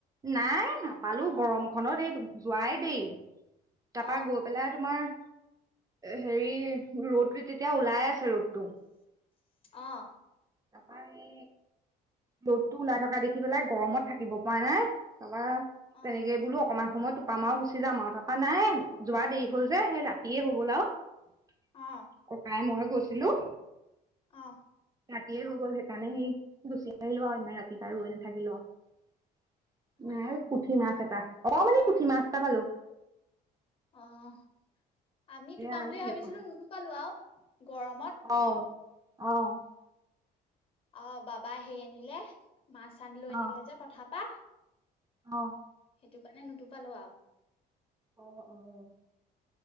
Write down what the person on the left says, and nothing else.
অ
অ'!
অ
অ
অ'।
অ
অহ। আমি টোপাম
বুলি
ভাবিছিলোঁ,
নোটোপালো আৰু গৰমত।
অ' বাবা হেৰি আনিলে, মাছ আনিলোঁ, আনিলে
যে পথাৰ পা।
সেইটো কাৰণে নোটোপালো আও।